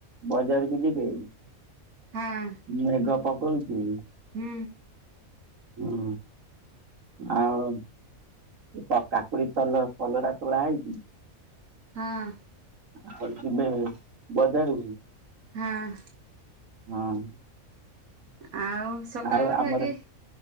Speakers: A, on the right; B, on the right.
A: ବଜାରକୁ ଯିବେ।
B: ହଁ।
A: ମେଘ ପକଉଚି।
B: ହୁଁ।
A: ହୁଁ ଆଉ ତ କାକୁଡି ଚାଲ କଲରା ତୋଳା ହେଇଚି।
B: ହଁ।
A: <unintelligible> ବଜାକୁ।
B: ହଁ।
A: ହଁ।
B: ଆଉ ସକାଳୁ
A: ଆଉ
B: ଉଠି
A: ଆମର
B: ଆଜି